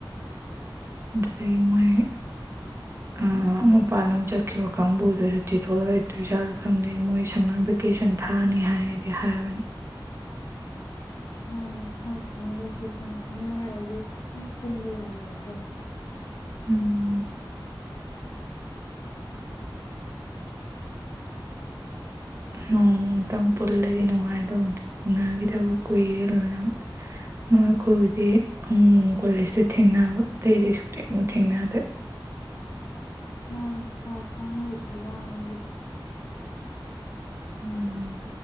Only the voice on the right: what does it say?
ꯑꯗꯨꯗꯒꯤ ꯃꯣꯏ ꯑꯥ ꯃꯄꯥꯟ ꯂꯝ ꯆꯠꯈꯤꯕ ꯀꯥꯡꯕꯨꯗ ꯁꯨꯇꯤ ꯊꯣꯛꯂꯛ ꯑꯣꯏꯗ꯭ꯔꯤ ꯖꯥꯠꯂꯥ ꯈꯪꯗꯦ ꯃꯣꯏ ꯁꯝꯃꯔ ꯚꯦꯀꯦꯁꯟ ꯊꯥꯅꯤ ꯍꯥꯏ ꯍꯥꯏꯕꯅꯤ
ꯎꯝ ꯅꯣꯡꯇꯪ ꯄꯨꯜꯂꯗꯤ ꯅꯨꯡꯉꯥꯏꯗꯧꯅꯤ ꯎꯒꯤꯗꯕ ꯀꯨꯏꯔꯦ ꯂꯣꯏꯅꯃꯛ ꯅꯣꯏ ꯑꯩꯈꯣꯏꯕꯨꯗꯤ ꯀꯣꯂꯦꯖꯇ ꯊꯦꯡꯅꯕ ꯑꯇꯩ ꯑꯗꯤ ꯁꯨꯛ ꯊꯦꯡꯕꯨ ꯊꯦꯡꯅꯗ꯭ꯔꯦ
ꯎꯝ